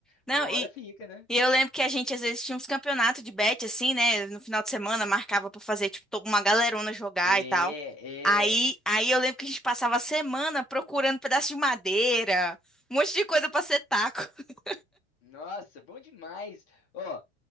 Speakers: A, in the centre; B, on the left.
A: Não,
B: Uma hora
A: e,
B: fica, né?
A: e eu lembro que a gente às vezes tinha uns campeonatos de bet, assim, né? No final de semana marcava pra fazer, tipo, to- uma galerona jogar
B: É,
A: e tal. Aí,
B: é.
A: aí eu lembro que a gente passava a semana procurando pedaço de madeira, um monte de coisa pra ser taco. <laughs>
B: Nossa, bom demais. Ó,